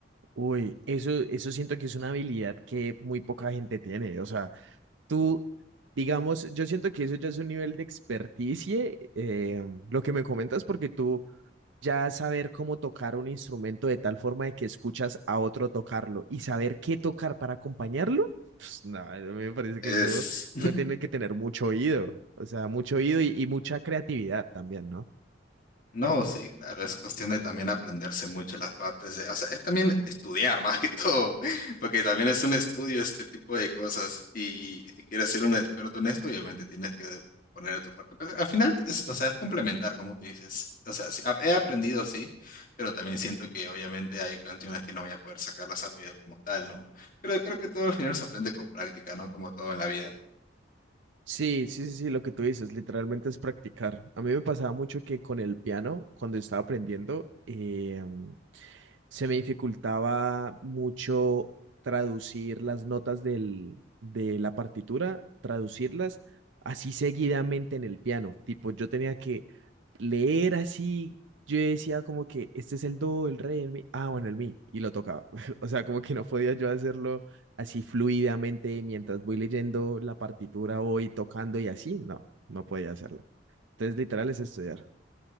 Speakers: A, on the right (about 80°); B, on the left (about 45°).
A: Uy, eso, eso siento que es una habilidad que muy poca gente tiene. O sea, tú, digamos, yo siento que eso ya es un nivel de experticia, eh, lo que me comentas, porque tú ya saber cómo tocar un instrumento de tal forma de que escuchas a otro tocarlo y saber qué tocar para acompañarlo. Pues nada, a mí me parece
B: Es,
A: que eso uno tiene que tener mucho oído, o sea, mucho oído y y mucha creatividad también, ¿no?
B: No, sí, claro, es cuestión de también aprenderse mucho las partes de, o sea, es también estudiar <laughs> más que todo, <laughs> porque también es un estudio este tipo de cosas y si quieres ser un experto en esto, obviamente tienes que poner de tu parte. Pero al final, es, o sea, es complementar, como tú dices. O sea, sí, he aprendido, sí, pero también siento que obviamente hay canciones que no voy a poder sacarlas al oído como tal, ¿no? Pero creo que todo al final se aprende con práctica, ¿no? Como todo en la vida.
A: Sí, sí, sí, sí, lo que tú dices, literalmente es practicar. A mí me pasaba mucho que con el piano, cuando estaba aprendiendo, em, se me dificultaba mucho traducir las notas del, de la partitura, traducirlas así seguidamente en el piano. Tipo, yo tenía que leer así. Yo decía como que este es el do, el re, el mi, ah, bueno, el mi, y lo tocaba. <laughs> O sea, como que no podía yo hacerlo así fluidamente mientras voy leyendo la partitura, voy tocando y así, no, no podía hacerlo. Entonces, literal es estudiar.